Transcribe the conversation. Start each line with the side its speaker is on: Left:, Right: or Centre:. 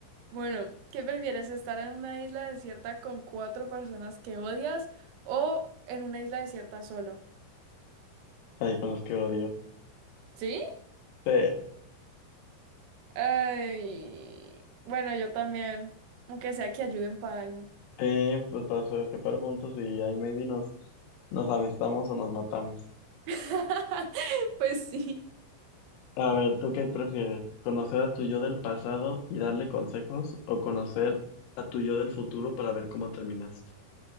Right: Bueno, ¿qué prefieres? ¿Estar en una isla desierta con cuatro personas que odias o en una isla desierta solo?
Left: ahí con los que odio.
Right: ¿Sí?
Left: Sí,
Right: Ay, bueno, yo también, aunque sea que ayuden para algo.
Left: sí, pues para su- escapar juntos y ahí maybe nos, nos amistamos o nos matamos.
Right: <laughs> Pues sí.
Left: A ver, ¿tú qué prefieres? ¿Conocer a tu yo del pasado y darle consejos o conocer a tu yo del futuro para ver cómo terminaste?